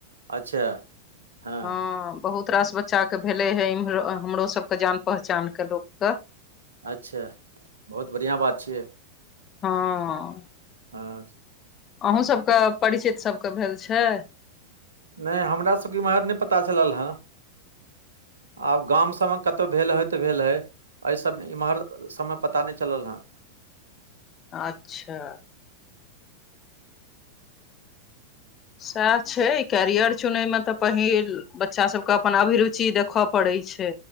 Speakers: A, on the right; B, on the left.
A: अच्छा हँ
B: हाँ बहुत रास बच्चाके भेलऐ हे इमहरो, हमरो सबके जान पहचान क लोकके।
A: अच्छा बहुत बढ़ियाँ बात छियै।
B: हाँ
A: हाँ <unintelligible>
B: अहूँ सब क परिचित सब क भेल छै?
A: नै हमरा सबके इम्हर नै पता चलल ह। आब गाम सबमे कतउ भेल होइ, तऽ भेल होइ, ऐसब इम्हर सबमे पता नै चलल हँ।
B: अच्छा सैह छै, कैरियर चुनैमे तऽ पहिल, बच्चा सबके अपन अभिरुचि देखअ पड़ै छै।